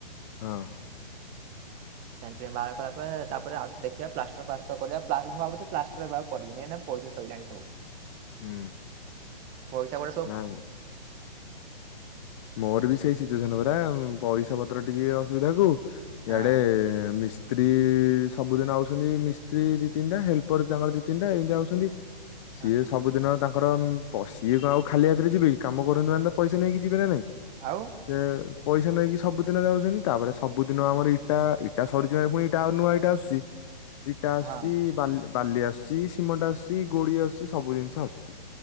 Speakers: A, on the left; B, on the right.
A: ହଁ।
B: <inaudible> ସେଣ୍ଟ୍ରିଂ ବାହାର କଲା ପରେ ତାପରେ ଆଉଥ ଦେଖିବା ପ୍ଲାଷ୍ଟର୍ ଫ୍ଲାଷ୍ଟର୍ କରିବା ପ୍ଲା ମୁଁ ଭାବୁଛି ପ୍ଲାସ୍ ବା କରିବିନି ପଇସା ସଇଲାଣି ସବୁ।
A: ହୁଁ।
B: ପଇସା କୁଆଡେ ସ
A: ନାଇଁ ମୋର ବି ସି ଚନ ପରା ପଇସା ପତ୍ର ଟିକେ ଅସୁବିଧା କୁ
B: ହଁ
A: ଇଆଡେ ମିସ୍ତ୍ରୀ ସବୁଦିନ ଆଉଛନ୍ତି ମିସ୍ତ୍ରୀ ଦି ତିନିଟା ହେଲ୍ପର୍ ତାଙ୍କର ଦି ତିନିଟା ଏଇମିତି ଆଉଛନ୍ତି।
B: ହଁ
A: ସିଏ ସବୁଦିନ ତାଙ୍କର ସିଏ କଁ ଆଉ ଖାଲି ହାତରେ ଯିବେ କି କାମ କରନ୍ତୁ ମାନେ ତ ପଇସା ନେଇକି ଯିବେ ନା ନାଇଁ।
B: ଆଉ
A: ସେ ପଇସା ନେଇକି ସବୁଦିନ ଯାଉଛନ୍ତି ତାପରେ ସବୁଦିନ ଆମର ଇଟା ଇଟା ସରୁଚି ମାନେ ପୁଣି ଇଟା ନୂଆ ଇଟା ଆସୁଚି। ଇଟା
B: ହଁ।
A: ଆସୁଛି ବାଲି ବାଲି ଆସୁଛି ସିମଟ ଆସୁଛି ଗୋଡି ଆସୁଛି ସବୁ ଜିନିଷ ଆସୁଛି।